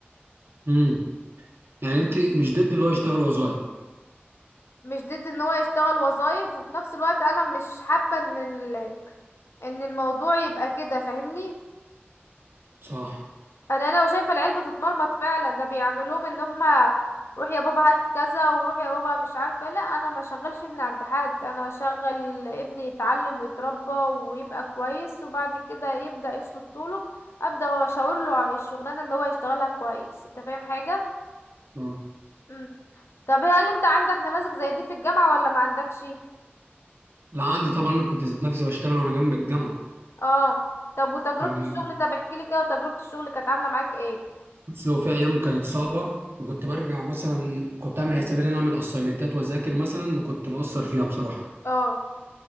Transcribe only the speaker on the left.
مش ضد إن هو يشتغل وظايف وفي نفس الوقت أنا مش حابة إن ال... إن الموضوع يبقى كده فاهمني
انا انا شايفه العيال بتتمرمط فعلا ده بيعملوهم ان هما روح يا بابا هات كذا وروح يا بابا مش عارفه لا انا ما شغلش ابني عند حد انا شغل ابني يتعلم ويتربى ويبقى كويس وبعد كده يبدا يسلك طوله ابدا اشاور له على الشغلانه ان هو يشتغلها كويس انت فاهم حاجه
امم طب هل انت عندك نماذج زي دي في الجامعه ولا ما عندكش
اه طب وتجربه
الشغل ده بحكي لي كده تجربه الشغل كانت عامله معاك ايه
اه